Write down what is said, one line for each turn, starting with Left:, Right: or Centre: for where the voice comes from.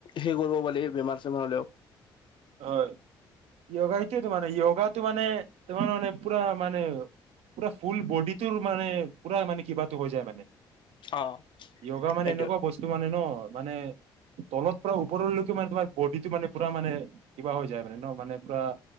Left: হে কৰিব পাৰি বেমাৰ চেমাৰ হলেও।
Right: হয় য়োগা এইটোয়েটো মানে য়োগাটো মানে তোমাৰ মানে পুৰা মানে পুৰা ফুল বডিটোৰ মানে পূৰা মানে কি কিবাটো হৈ যায় মানে।
Left: অ
Right: য়োগা মানে
Left: সেইটোৱে
Right: এনেকুৱা বস্তু মানে ন মানে তলত পৰা ওপৰলৈকে মানে তোমাৰ বডিটো মানে পুৰা মানে কিবা হৈ যায় মানে ন মানে পুৰা